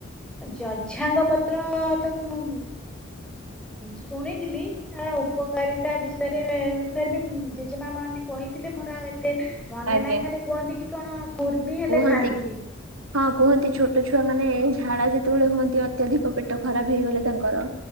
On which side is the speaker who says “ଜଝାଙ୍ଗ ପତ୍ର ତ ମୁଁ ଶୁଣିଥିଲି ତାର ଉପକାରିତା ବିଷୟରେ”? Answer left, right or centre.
Centre